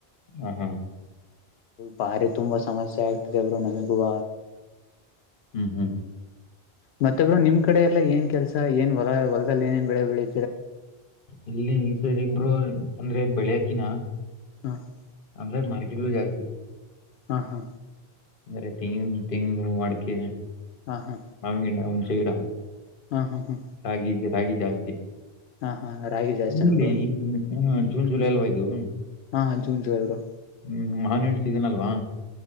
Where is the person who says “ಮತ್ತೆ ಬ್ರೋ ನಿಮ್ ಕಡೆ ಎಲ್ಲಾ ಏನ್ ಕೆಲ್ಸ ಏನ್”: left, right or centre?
Left